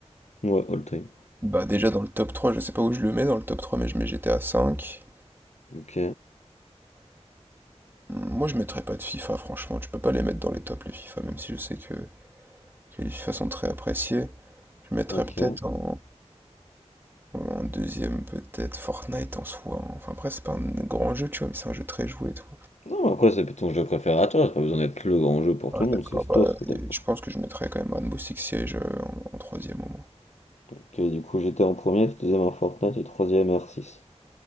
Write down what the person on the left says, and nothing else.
Ouais, all time.
Ok,
ok.
Non, mais après, c'est ton jeu préféré à toi, c'est pas besoin d'être le grand jeu pour
tout le
monde, c'est
toi ce que t'as
préféré.
Ok, du coup, j'étais en premier, deuxième en Fortnite et troisième R6.